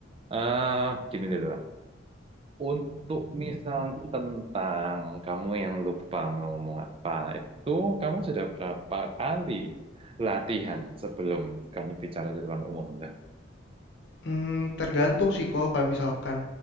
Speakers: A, on the right (about 30°); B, on the left (about 65°).
A: eh gini dulu lah. Untuk misalnya tentang kamu yang lupa mau ngomong apa, itu kamu sudah berapa kali latihan sebelum kamu bicara di depan umum? Tuh?
B: Mmm, tergantung sih kok kalau misalkan